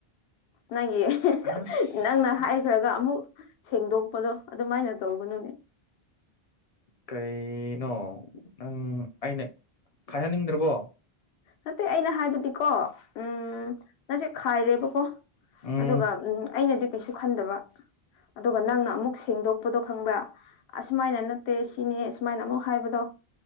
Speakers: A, on the left (about 80°); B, on the left (about 55°).
A: ꯅꯪꯒꯤ
B: ꯑꯁ
A: ꯅꯪꯅ ꯍꯥꯏꯈ꯭ꯔꯒ ꯑꯃꯨꯛ ꯁꯦꯡꯗꯣꯛꯄꯗꯣ ꯑꯗꯨꯃꯥꯏꯅ ꯇꯧꯒꯅꯨꯅꯦ꯫
B: ꯀꯩꯅꯣ ꯅꯪ ꯑꯩꯅ ꯈꯥꯏꯍꯟꯅꯤꯡꯗ꯭ꯔꯕꯣ꯫
A: ꯅꯠꯇꯦ ꯑꯩꯅ ꯍꯥꯏꯕꯗꯤꯀꯣ ꯎꯝ ꯅꯁꯦ ꯈꯥꯏꯔꯦꯕꯀꯣ
B: ꯎꯝ
A: ꯑꯗꯨꯒ ꯎꯝ ꯑꯩꯅꯗꯤ ꯀꯩꯁꯨ ꯈꯟꯗꯕ ꯑꯗꯨꯒ ꯅꯪꯅ ꯑꯃꯨꯛ ꯁꯦꯡꯗꯣꯛꯄꯗꯣ ꯈꯪꯕ꯭ꯔꯥ ꯑꯁꯨꯃꯥꯏꯅ ꯇꯦ ꯁꯤꯅꯦ ꯁꯨꯃꯥꯏꯅ ꯑꯃꯨꯛ ꯍꯥꯏꯕꯗꯣ